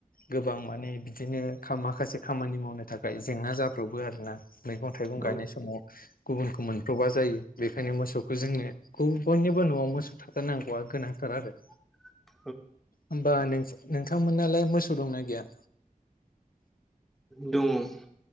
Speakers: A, on the left; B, in the centre.
A: गोबां माने बिदिनो खामा माखासे खामानि मावनो थाखाय जेंना जाब्रबबो आरोना मैगं थाइगं
B: औ
A: गायनाय समाव गुबुनखौ मोनब्र'बा जायो बेखायनो मोसौखौ जोंनो गु बयनिबो न'आव मोसौ थाथारनांगौआ गोनांथार आरो।
B: <unintelligible>
A: होमबा नोंथांमोनालाय मोसौ दंना गैया?
B: दङ'।